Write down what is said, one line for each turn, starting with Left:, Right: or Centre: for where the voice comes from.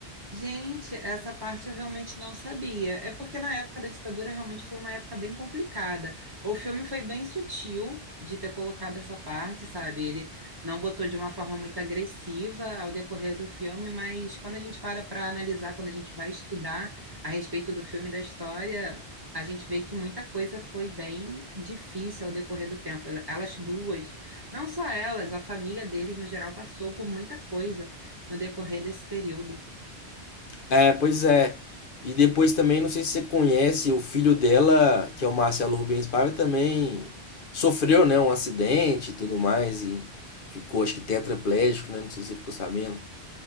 Right: Gente, essa parte eu realmente não sabia. É porque na época da ditadura realmente foi uma época bem complicada. O filme foi bem sutil de ter colocado essa parte, sabe? Ele não botou de uma forma muito agressiva ao decorrer do filme, mas quando a gente para para analisar, quando a gente vai estudar a respeito do filme e da história, a gente vê que muita coisa foi bem difícil ao decorrer do tempo. Elas duas, não só elas, a família deles no geral passou por muita coisa no decorrer desse período.
Left: É, pois é. E depois também, não sei se você conhece, o filho dela, que é o Marcelo Rubens Paiva, também sofreu, né, um acidente e tudo mais, e ficou, acho que tetraplégico, né? Não sei se você ficou sabendo.